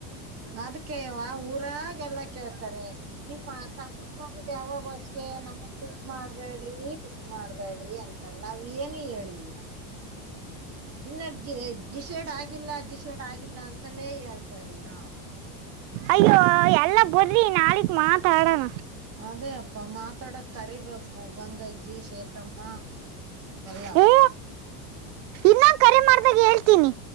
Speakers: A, on the right; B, on the right.
A: ಅದಕ್ಕೆವ ಊರಾಗ ಎಲ್ಲ ಕೇಳ್ತಾರೆ ನಿಮ್ಮ ತಮ್ಮನ್ ಮಳ ಯಾವಾಗೋಸ್ಕ ನಮ್ಮ ಮಾಡ್ಬ್ಯಾಡ್ರಿ ಬಿಸ ಮಾಡ್ಬ್ಯಾಡ್ರಿ ಅಂತಾರ ನಾವ್ ಏನು ಹೇಳಿಲ್ಲ ಇನ್ನ ಜ ಜಿಶೇಡ್ ಆಗಿಲ್ಲ ಜಿಶೇಡ್ ಆಗಿಲ್ಲ ಅಂತಲೇ ಹೇಳ್ತದ ನಾವವು
B: ಅಯ್ಯೋ ಎಲ್ಲ ಬರ್ಲಿ ನಾಳಕ್ ಮಾತಾಡೋಣ
A: ಅದೇ ಅಪ್ಪ ಮಾತಾಡಕ್ ಕರಿಬೇಕ ಗಂಗಜ್ಜಿ ಸೇತಮ್ಮ ಎಲ್ಲಾವ
B: ಹ್ಞೂ ಇನ್ನೊಂದು ಕರೆ ಮಾಡ್ದಾಗ ಹೇಳ್ತೀನಿ